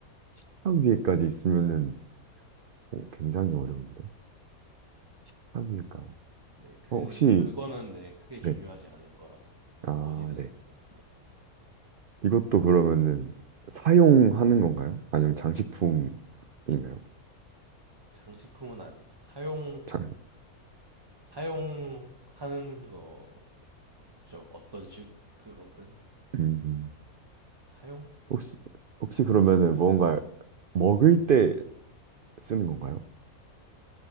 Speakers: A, on the right; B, on the right.
A: 책상 위에까지 있으면은 어, 굉장히 어려운데. 책상 위에까지.
B: 네, 그러니까
A: 어, 혹시
B: 그거는 네, 크게 중요하지
A: 네.
B: 않은 거라서
A: 아,
B: 어디든
A: 네.
B: 네,
A: 이것도 그러면은 사용하는 건가요? 아니면 장식품인가요?
B: 장식품은 아니에요. 사용
A: 장,
B: 사용하는 거 죠 어떤 식으로든
A: 음. 음.
B: 사용?
A: 혹시, 혹시
B: 사용이라고
A: 그러면은
B: 해야
A: 뭔가
B: 되나요?
A: 먹을 때 쓰는 건가요?